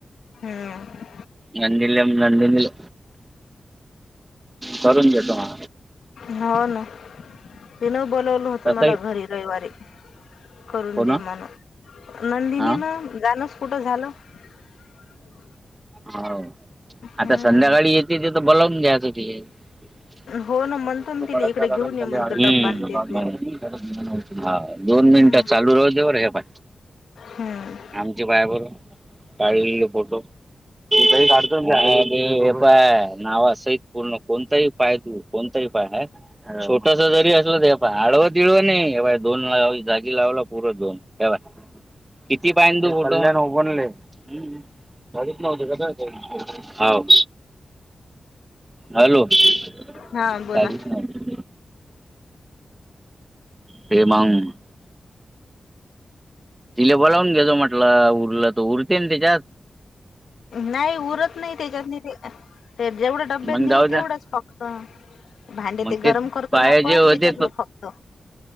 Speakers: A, on the left (about 90°); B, on the right (about 25°).
A: हम्म
B: नंदिनी, नंदिनीले, करून घेतो, मा,
A: हो, ना तिन बोलावल होत,
B: तसंही
A: मला घरी रविवारी. करून
B: कोण
A: दे, म्हणून, नंदिनी
B: हा
A: न जाणच कुठं झालं. <inaudible>
B: हवं,
A: हम्म
B: आता संध्याकाळी येते, ते तर बोलवून घ्याच तिले, <unintelligible>
A: हो ना म्हणतो ना
B: हम,
A: तिला इकडे घेऊन ये म्हणतो डब्बा आणि ते
B: मग
A: तुया
B: हा, दोन
A: हम्म
B: मिनिट चालू राहू दे, बर हे बाय,
A: हम्म,
B: आमच्या बायाबरो, काढलेले फोटो, <unintelligible> नावा, सहित पूर्ण कोणताही पाय तू, कोणताही पाय, छोटस जरी असलं तर पहा. आडव -तिडव नाहीय, <inaudible> दोन जागी लावलं. पुर दोन, तेव्हा किती पाय <unintelligible> हवं, हॅलो!
A: हा,
B: काहीच
A: बोला.
B: नाही ते मंग. तिला बोलावून घेचो म्हटलं, उरलं तर, उरतील त्याच्यात.
A: नाही उरत नाही त्याच्यातनी ते, जेवढं डब्यातनी
B: मग जाऊ
A: आहे
B: द्या
A: तेवढंच फक्- क्त भांडे
B: मग
A: ते गरम करतो
B: पाय
A: ना आपण,
B: जे होते
A: त्याच्यातलं फक्त.